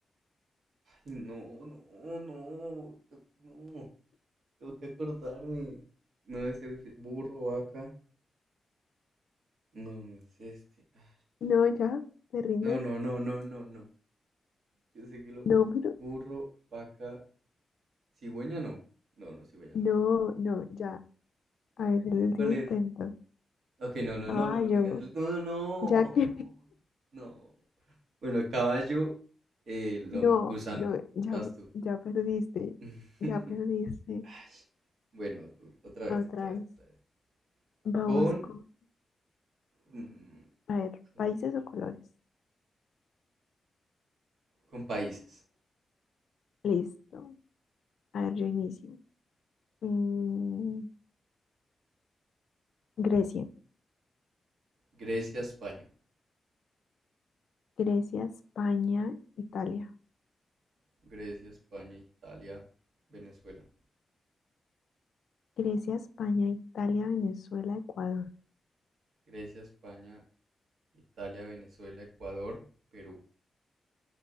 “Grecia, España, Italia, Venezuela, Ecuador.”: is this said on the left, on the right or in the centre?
Left